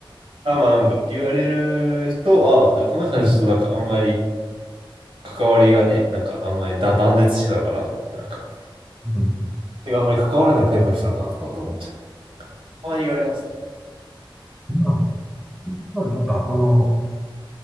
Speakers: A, on the right; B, in the centre.
A: あ、まあなんか言われる人は、あじゃあこの人はちょっとなんかあんまり
B: うん。
A: 関わりがね、なんかあんまりだ断絶してたのかなとか、
B: うん。
A: なんか、
B: うん
A: 手があんまり関わらないタイプの人なのかなとかと思っちゃう。なんかたまに言われますね。
B: まあ、まあ、なんか、あの、